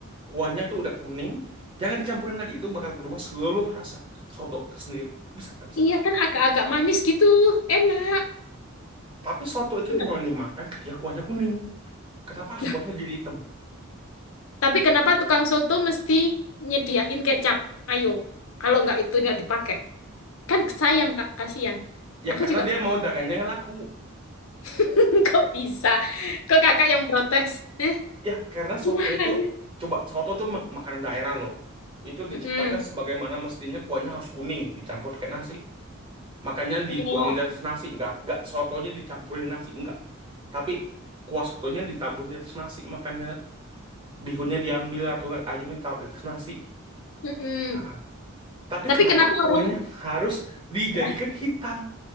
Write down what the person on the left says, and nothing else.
Iya kan agak-agak manis gitu. Enak.
Enak.
Nah,
tapi kenapa tukang soto mesti nyediain kecap? Ayo, kalau nggak itu nggak dipakai. Kan sayang, Kak. Kasihan.
Aku
juga,
<laughs> kok bisa? Kok kakak yang protes? Eh,
<laughs>
Mm-mm.
Iya.
Mm-mm.
Tapi
kenapa
orang...
<laughs>